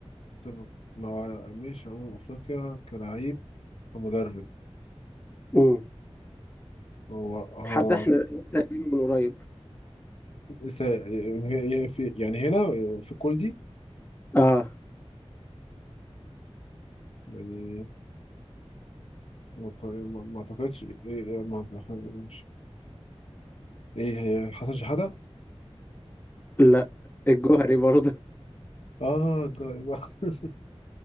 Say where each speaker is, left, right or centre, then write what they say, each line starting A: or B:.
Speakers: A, on the left; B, on the left.
A: سب... ما هو مش أمم أفريقيا كلاعب كمدرب
B: مم.
A: هو هو
B: حد احنا لسه قايلينه من قريب
A: س- هي- هي في- يعني هنا في الكل دي
B: اه
A: يعني ما ما- ما أعتقدش إيه إيه، ما- مش إيه هي حسن شحاتة
B: لا الجوهري برضه
A: اه الجاري بقى <laughs>